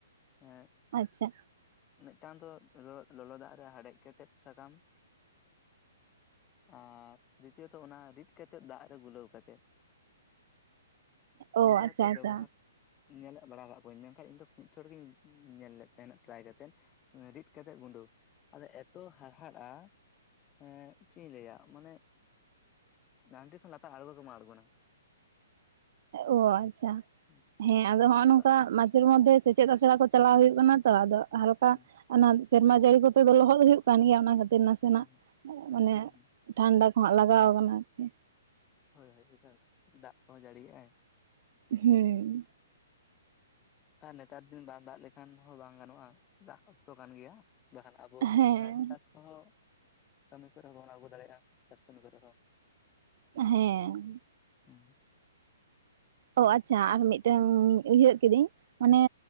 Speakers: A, on the left; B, on the right.
A: ᱮᱜ
B: ᱟᱪᱪᱷᱟ
A: ᱢᱤᱫᱴᱟᱝ ᱫᱚ ᱞᱚᱞᱚ ᱫᱟᱜ ᱨᱮ ᱦᱮᱰᱮᱡ ᱠᱟᱛᱮᱫ ᱥᱟᱠᱟᱢ ᱟᱨ ᱫᱤᱛᱤᱭᱚ ᱫᱚ ᱚᱱᱟ ᱨᱤᱫ ᱠᱟᱛᱮᱫ ᱫᱟᱜ ᱨᱮ ᱜᱩᱞᱟᱹᱣ ᱠᱟᱛᱮᱫ
B: ᱚ
A: ᱚᱝᱠᱟ
B: ᱟᱪᱪᱷᱟ
A: ᱟᱛᱮᱜ
B: ᱟᱪᱪᱷᱟ
A: ᱵᱮᱵᱚᱦᱟᱨ ᱧᱮᱞᱚᱜ ᱵᱟᱲᱟᱣ ᱠᱟᱜ ᱠᱚᱣᱟᱹᱧ ᱢᱮᱱᱠᱷᱟᱱ ᱤᱧ ᱫᱚ ᱢᱤᱫ ᱪᱷᱚᱴ ᱜᱤᱧ ᱧᱮᱞ ᱞᱮᱫ ᱛᱟᱦᱮᱸᱱᱟ ᱴᱟᱨᱟᱭ ᱠᱟᱛᱮᱜ᱾ ᱨᱤᱫᱽ ᱠᱟᱛᱮᱜ ᱜᱩᱸᱰᱟᱹ ᱟᱫᱚ ᱮᱛᱚ ᱦᱟᱲᱻᱦᱟᱫᱼᱟ <unintelligible> ᱮᱸ ᱪᱮᱜ ᱤᱧ ᱞᱟᱹᱭᱟ ᱢᱟᱱᱮ ᱞᱟᱸᱰᱨᱤ ᱠᱷᱚᱱ ᱞᱟᱛᱟᱨ ᱟᱬᱜᱚ ᱜᱮ ᱵᱟᱝ ᱟᱬᱜᱚᱱᱟ᱾
B: ᱳ ᱟᱪᱪᱷᱟ
A: ᱦᱩᱸ
B: ᱦᱮᱸ
A: ᱦᱩᱸ
B: ᱟᱫᱚ ᱦᱚᱜᱼᱚ ᱱᱚᱝᱠᱟ
A: ᱛᱚ
B: ᱮᱨ ᱢᱚᱫᱽᱫᱷᱮ ᱥᱮᱪᱮᱫ ᱥᱮᱲᱟ ᱠᱚ ᱪᱟᱞᱟᱣ ᱦᱩᱭᱩᱜ ᱠᱟᱱᱟ ᱛᱚ ᱟᱫᱚ ᱦᱟᱞᱠᱟ
A: ᱦᱩᱸ
B: ᱚᱱᱟ ᱥᱮᱨᱢᱟ ᱡᱟᱹᱲᱤ ᱠᱚᱛᱮ ᱫᱚ ᱞᱚᱦᱚᱫ ᱦᱩᱭᱩᱜ ᱠᱟᱱ ᱜᱮᱭᱟ ᱚᱱᱟ ᱠᱷᱟᱹᱛᱤᱨ ᱱᱟᱥᱮᱱᱟᱜ
A: ᱦᱩᱸ
B: ᱢᱟᱱᱮ
A: ᱦᱩᱸ ᱦᱩᱸ
B: ᱴᱷᱟᱱᱰᱟ ᱠᱚᱦᱜ ᱞᱟᱜᱟᱣ ᱠᱟᱱᱟ ᱟᱨᱠᱤ
A: ᱦᱳᱭ ᱦᱳᱭ ᱮᱠᱟᱞ ᱫᱟᱜ ᱠᱚᱦᱚᱸ ᱡᱟᱹᱲᱤᱮᱜᱟᱭ
B: ᱦᱩᱸ
A: ᱟᱨ ᱱᱮᱛᱟᱨ ᱫᱤᱱ ᱵᱟᱝ ᱫᱟᱜ ᱞᱮᱠᱷᱟᱱ ᱦᱚᱸ ᱵᱟᱝ ᱜᱟᱱᱚᱜᱼᱟ ᱫᱟᱜ ᱚᱠᱛᱚ ᱠᱟᱱ ᱜᱮᱭᱟ ᱵᱟᱠᱷᱟᱱ ᱟᱵᱚ
B: ᱦᱮᱸ
A: ᱪᱟᱥ ᱠᱚᱦᱚᱸ ᱠᱟᱹᱢᱤ ᱠᱚᱨᱮ ᱦᱚᱸ ᱵᱚᱱ ᱟᱬᱜᱚ ᱫᱟᱲᱮᱭᱟᱜᱼᱟ ᱪᱟᱥ ᱠᱟᱹᱢᱤ ᱠᱚᱨᱮ ᱦᱚᱸ
B: ᱦᱮᱸ
A: ᱦᱩᱸ
B: ᱚ ᱟᱪᱪᱷᱟ ᱟᱨ ᱢᱤᱫᱴᱟᱝ ᱩᱭᱦᱟᱹᱨ ᱠᱤᱫᱟᱹᱧ ᱚᱱᱮ